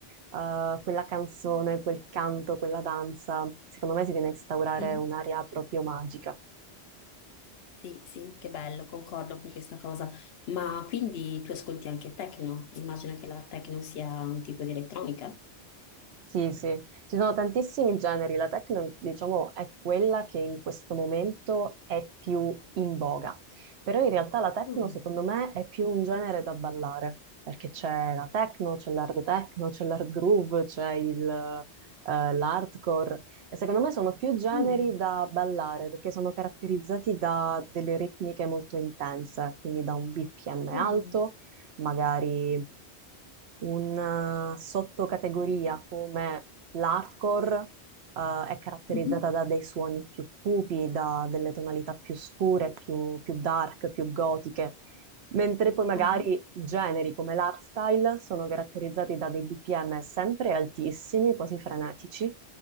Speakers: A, on the right; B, on the left.
A: eh, quella canzone, quel canto, quella danza, secondo me si viene a instaurare
B: mhm.
A: un'aria proprio magica.
B: Sì, sì, che bello, concordo con questa cosa. Ma quindi tu ascolti anche techno? Immagino che la techno sia un tipo di elettronica.
A: Sì, sì, ci sono tantissimi generi, la techno, diciamo, è quella che in questo momento è più in voga, però in realtà la techno
B: Mm,
A: secondo me è più un genere da ballare, perché c'è la techno, c'è l'hard techno, c'è l'hard groove, c'è il, eh, l'hardcore, e secondo me sono più generi
B: Mm,
A: da ballare, perché sono caratterizzati da delle ritmiche molto intense, quindi da un BPM alto,
B: mm,
A: magari una sottocategoria come l'hardcore, eh, è caratterizzata
B: mhm.
A: da dei suoni più cupi, da delle tonalità più scure, più, più dark, più gotiche, mentre poi magari
B: mhm.
A: generi come l'hardstyle sono caratterizzati da dei BPM sempre altissimi, quasi frenetici,